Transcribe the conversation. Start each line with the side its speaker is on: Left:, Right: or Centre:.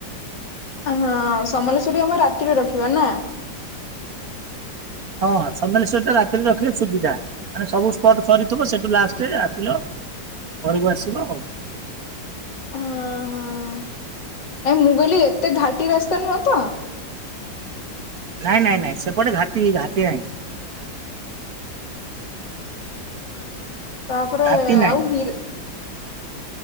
Left: ହଁ ସମଲେଶ୍ଵରୀ ଆମ ରାତିରେ ରଖିବା ନା।
Right: ହଁ ସମ୍ଲେଶ୍ୱରିଟା ରାତିରେ ରଖିଲେ ସୁବିଧା, ମାନେ ସବୁ ସ୍ପଟ ସରିଥିବ ସେଠୁ ଲାଷ୍ଟରେ ଆସିଲ। ଘରକୁ ଆସିବ ଆଉ।
Left: ହଁ ହଁ ଆ ମୁଗଲି ଏତେ ଘାଟି ରସ୍ତା ନୁହ ତ?
Right: ନାଇଁ ନାଇଁ ନାଇଁ ସେପଟେ ଘାଟି ଘାଟି ନାହିଁ।
Left: ତାପରେ
Right: ଘାଟି ନାହିଁ।
Left: ଆଉ ହିର୍